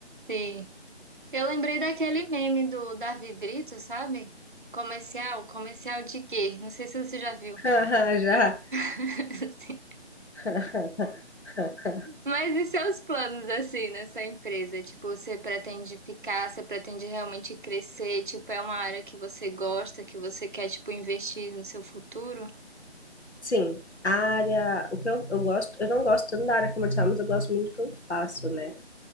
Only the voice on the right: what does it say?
Sim. Eu lembrei daquele meme do Davi Brito, sabe? Comercial, comercial de quê? Não sei se você já viu.
<laughs> sim
Mas e seus planos assim nessa empresa? Tipo, você pretende ficar, você pretende realmente crescer? Tipo, é uma área que você gosta, que você quer, tipo, investir no seu futuro?